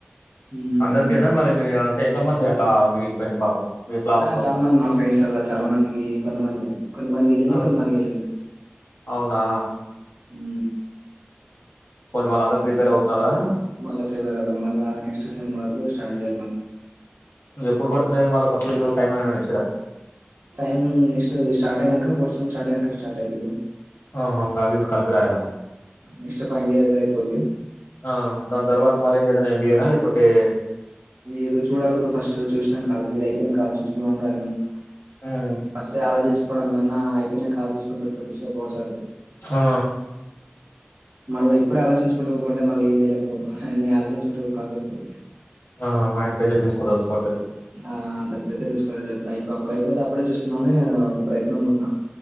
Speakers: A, on the right; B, on the left.
A: హ్మ్.
B: అందరికెనా మళ్ళీ
A: ఆ!
B: అంత ఎంత మంది లా మిగిలిపోయినయ్ పాపం మీ క్లాస్
A: ఆ
B: లో
A: చాలా మంది మా ఫ్రెండ్స్లలో చాలా మందికి కొంతమంది కొంతమందికి ఎల్లినయ్
B: ఆ
A: కొంతమందికి ఎల్లలేవు
B: అవునా
A: ఊ
B: పోని మళ్ళందరూ ప్రిపేర్ అవుతున్నారా
A: మల్ల ప్రిపేర్ అవ్వాలి మల్ల నెక్స్ట్ సేమ్ వరకు స్టార్ట్ జె
B: ఎప్పుడు పడుతున్నాయి మళ్ళ సప్లిలూ టైం ఎమన్నా
A: టైమ్ నెక్స్ స్టార్ట్ అయినంక ఫోర్త్ సెమ్ స్టార్ట్ అయినంక స్టార్ట్ అయితుడు
B: ఆహ అవి ఇవి కలిపి రాయలా,
A: నెక్స్ట్ ఫైనల్ ఇయర్ అయితే అయిపోద్ది
B: ఆ దాని తర్వాత మళ్ళీ ఏం చేద్ ఎంబిఎనా లే ఒటే
A: ఏదో చూడాలి, బ్రో ఫస్ట్ చూసినాంక ఆలోచింఅయ్ యినంక ఆలోచించు. లాంగ్ టైనున
B: ఉమ్
A: ఫస్టే ఆలోచించ్ ప్పడం బన్నా అయిపినాంక కాల్ చూసుకొని బెటర్ అన్పిస్సది ఒకోసారి
B: ఆ ఆ
A: మళ్ళా ఇప్పుడే ఆలోచించుకుంటా కూకుంటె మళ్ళీ ఏం చేయలేకపోతం. అన్ని ఆలోచించుకుంటా కుకోల్ వస్సది.
B: ఆహా మైండ్ ప్రెజర్ తీసుకోదలుచుకోవట్లేదు
A: ఆ అంత పెద్ద తీసుకోవాలె. డైప్ అప్పుడయిపోత అప్పుడె చూసుంకుందాం. అని ఒక ప్రయత్నం నున్న